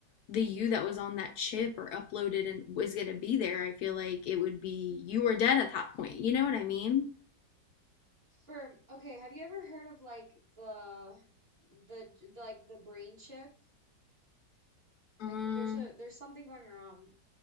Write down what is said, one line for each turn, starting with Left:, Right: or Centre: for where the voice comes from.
Left: the you that was on that chip or uploaded and was going to be there. I feel like it would be you were dead at that point. You know what I mean?
Right: For okay, have you ever heard of like the the, the like the brain chip?
Left: Mm,
Right: Like there's a there's something going around